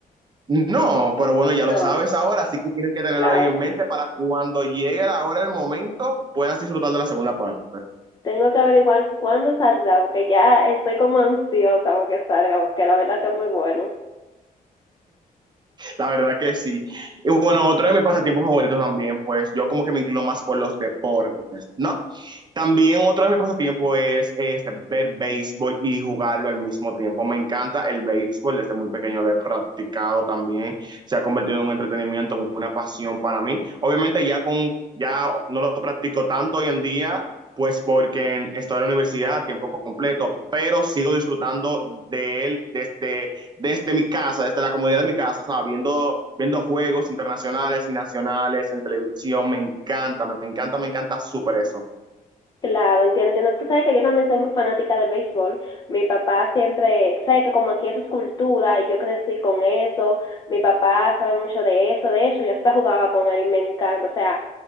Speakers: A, on the right; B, on the left.
A: No, pero bueno, ya lo
B: No,
A: sabes ahora, así que tienes que tenerlo
B: claro.
A: ahí en mente para cuando llegue la hora, el momento, puedas disfrutar de la segunda parte.
B: Tengo que averiguar cuándo saldrá, porque ya estoy como ansiosa porque salga, porque la verdad que es muy bueno.
A: La verdad que sí. Y bueno, otro de mis pasatiempos favoritos también, pues yo como que me inclino más por los deportes, ¿no? También otro de mis pasatiempos es este, ver béisbol y jugarlo al mismo tiempo. Me encanta el béisbol, desde muy pequeño lo he practicado también. Se ha convertido en un entretenimiento, en una pasión para mí. Obviamente ya con ya no lo practico tanto hoy en día, pues porque estoy en la universidad a tiempo completo, pero sigo disfrutando de él desde, desde mi casa, desde la comodidad de mi casa, ¿sabes? Viendo, viendo juegos internacionales y nacionales en televisión, me encanta, me encanta, me encanta súper eso.
B: Claro, entiendo, entiendo. Tú sabes que yo también soy muy fanática del béisbol. Mi papá siempre, tú sabes que como aquí eso es cultura y yo crecí con eso, mi papá sabe mucho de eso, de hecho yo hasta jugaba con él y me encanta. O sea,